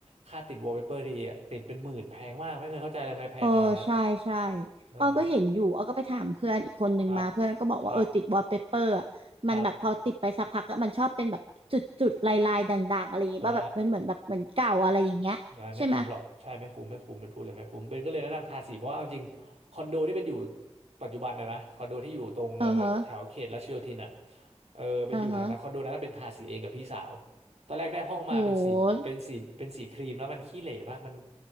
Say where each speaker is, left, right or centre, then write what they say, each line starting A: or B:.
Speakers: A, on the right; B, on the right.
A: ค่าติดวอลเปเปอร์ทีอะติดเป็นหมื่นแพงมากไม่เคยเข้าใจเลยทำไมแพงขนาดนั้น
B: เออใช่ใช่
A: ใช่
B: ออก็เห็นอยู่ออก็ไปถามเพื่อนอีกคนนึงมา
A: ครับ
B: เพื่อนก็บอกว่าเออติดวอลเปเปอร์อะมันแบบพอติดไปสักพักอะมันชอบเป็นแบบจุดจุดลายลายด่างๆอะไรอย่างเงี้ยว่าแบบมันเหมือนแบบเหมือนเก่าอะไรอย่างเงี้ยใช่ไหม
A: ครับครับใช่ ใช่ไม่คุ้มหรอกใช่ไม่คุ้มไม่คุ้มเป็นพูดเลยไม่คุ้มเบนก็เลยแนะนำทาสีเพราะว่าเอาจริงคอนโดที่เป็นอยู่ปัจจุบันนะนะคอนโดที่อยู่ตรงเออแถวเขตรัชโยธินอ่ะ
B: เออฮะ
A: เออเป็นอยู่แถวนั้นคอนโดนั้นเป็นทาสีเองกับพี่สาว
B: เออฮะ
A: ตอนแรกได้ห้องมาเป็นสีเป็นสีเป็นสีครีมแล้วมันขี้เหร่มากมัน
B: โห